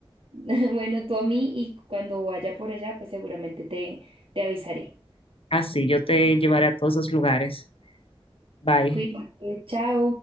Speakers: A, on the right; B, on the left.
A: <laughs> bueno, tú a mí y cuando vaya por allá pues seguramente te, te avisaré.
B: Así, yo te llevaré a todos esos lugares. Bye.
A: Cuídate, chao.